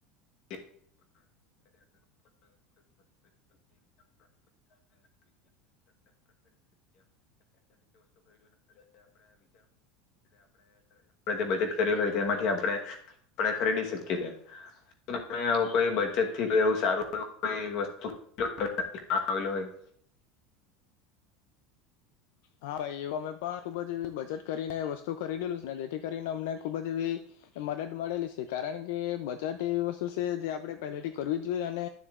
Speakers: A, on the left; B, on the left.
A: <unintelligible> બચત કરેલી હોય તેમાંથી આપણે આપ ખરીદી શકીએ. ને આઈ કોઈ બચત થી કોઈ આઉં સારું કય વસ્તુ <unintelligible> આવેલુ હોય.
B: હા ભાઈ, એવ અમે પણ ખુબ જ એવી બચત કરીને વસ્તુ ખરીદેલું છે, ને જેથી કરીને અમને ખૂબ જ એવી મદદ મળેલી છે. કારણ કે બચત એવી વસ્તુ છે, જે આપણે પહેલેથી કરવી જ જોઈએ, અને